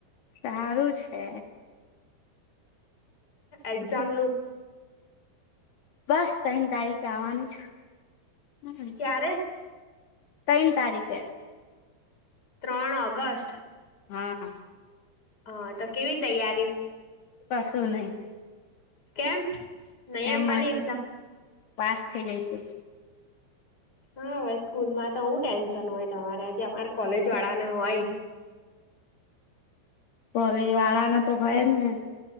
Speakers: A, on the left; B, on the left.
A: સારું છે.
B: એક્ઝામનું?
A: બસ તૈણ તારીખે આવવાનું
B: ક્યારે
A: જ તૈણ તારીકે
B: ત્રણ ઓગસ્ટ
A: હા.
B: હા તો કેવી તૈયારી?
A: કશું નય
B: કેમ? નહી
A: એમ
B: આપવાની
A: જ
B: એક્ઝામ
A: પાસ થે જઈશું.
B: હા હવે સ્કૂલ માં તો હું ટેન્શન હોય તમારે આજે અમારે કોલેજ વાળાને હોય.
A: કોલેજ વાળાને તો હોય જ ને